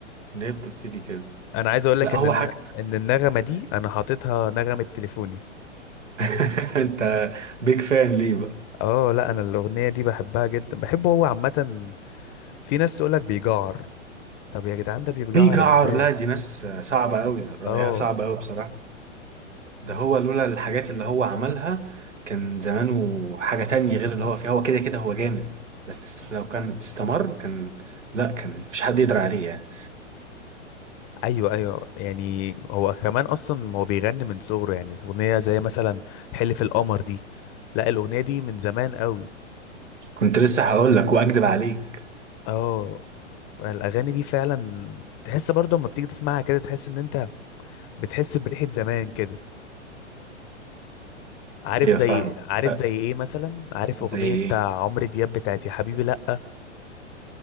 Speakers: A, on the right (about 80°); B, on the left (about 30°).
A: ليه بتبتدي كده
B: انا عايز اقول
A: لا
B: لك ان
A: هو
B: الن-
A: حاجه
B: ان النغمه دي انا حاططها نغمه تليفوني
A: <laughs> انت بيج فان ليه بقى
B: اه لا انا الاغنيه دي بحبها جدا بحبه هو عامه في ناس تقولك بيجعر طب يا جدعان ده بيجعر
A: في جعر
B: ازاي
A: لا دي ناس صعبه قوي رايها
B: اه
A: صعب قوي بصراحه ده هو لولا الحاجات اللي هو عملها كان زمانه حاجه تانية غير اللي هو فيها هو كده كده هو جامد بس لو كان استمر كان لا كان مفيش حد يقدر عليه يعني
B: ايوه ايوه يعني هو كمان اصلا هو بيغني من صغره يعني اغنيه زي مثلا حلف القمر دي لا الاغنيه دي من زمان قوي
A: كنت لسه هقول لك واكدب عليك
B: اه الاغاني دي فعلا تحس برضه لما بتيجي تسمعها كده تحس ان انت بتحس بريحه زمان كده عارف
A: ايوه
B: زي
A: فاهمه
B: عارف
A: ف-
B: زي ايه مثلا عارف
A: زي
B: اغنيه
A: ايه
B: بتاع عمرو دياب بتاعت يا حبيبي لا